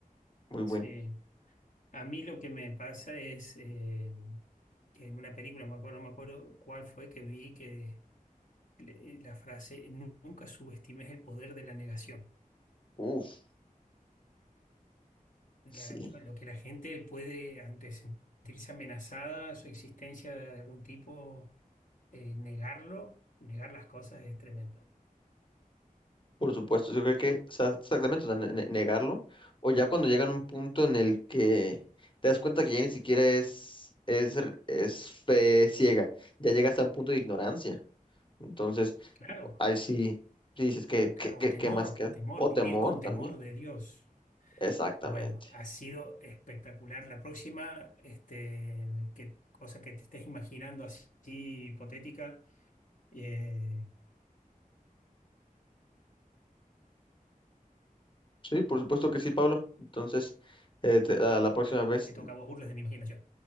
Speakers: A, on the left; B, on the left.
A: Muy buen.
B: sí. A mí lo que me pasa es eh, que en una película, me acuerdo, no me acuerdo cuál fue que vi que le- la frase, "Nu- nunca subestimes el poder de la negación.
A: Uf,
B: La-
A: sí.
B: lo, lo que la gente puede, ante sentirse amenazada, su existencia de algún tipo, eh, negarlo, negar las cosas es tremendo.
A: Por supuesto, yo creo que o sea, exactamente, o sea, ne- ne- negarlo. O ya cuando llegan a un punto en el que te das cuenta que ya ni siquiera es, es, r- es fe ciega, ya llegas a un punto de ignorancia. Entonces,
B: Claro,
A: ahí sí, sí dices que,
B: acá-
A: que,
B: o
A: que- que
B: temor,
A: más queda.
B: temor,
A: O
B: vivir
A: temor
B: con temor
A: también.
B: de Dios.
A: Exactamente.
B: Bueno, ha sido espectacular. La próxima, este, que, cosa que te estés imaginando así, hipotética, eh,
A: Sí, por supuesto que sí, Pablo. Entonces, eh, te- a la próxima vez,
B: te toca a vos burles de mi imaginación.